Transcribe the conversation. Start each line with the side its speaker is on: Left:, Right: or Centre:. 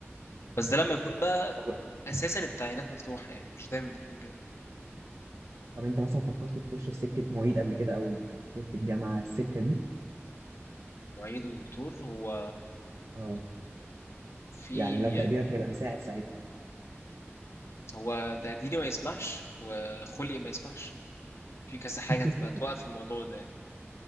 Left: بس ده لما يكون بقى
Right: طب
Left: أساسا التعيينات مفتوحة يعني مش دايما بيكون كده
Right: طب انت مثلا فكرت تخش في سكه معيد قبل كده او دكتور في الجامعه السكه دي
Left: معيد ودكتور هو
Right: اه
Left: في
Right: يعني لو تقديرك هيبقى مساعد ساعتها
Left: هو تقديري ما يسمحش وخلقي ما يسمحش في كذا حاجة
Right: <laughs>
Left: تبقى توقف الموضوع ده يعني